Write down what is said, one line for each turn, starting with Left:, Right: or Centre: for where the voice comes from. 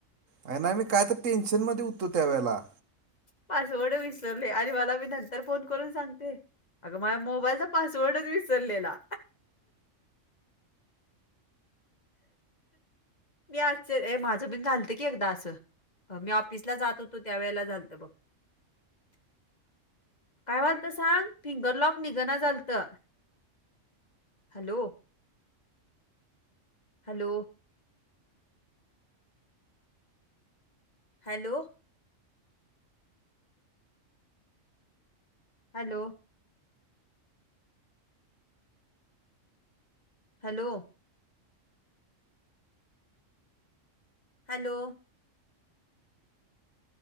Right: आहे ना मी काय तर टेन्शन मध्ये उठतो त्यावेेळेला.
Left: पासवर्ड विसरवले आणि मला मी नंतर फोन करून सांगते. अगं माझ मोबाईलचा पासवर्डच विसरलेला. मी आश्चर्य माझं बिण घालतं की एकदा असं. मी ऑफिसला जात होतो त्यावेेळेला झालत बघ. <inaudible> काय वालतं सांग फिंगर लॉक निघाना झालतं. Hello. Hello. Hello. Hello. Hello. Hello.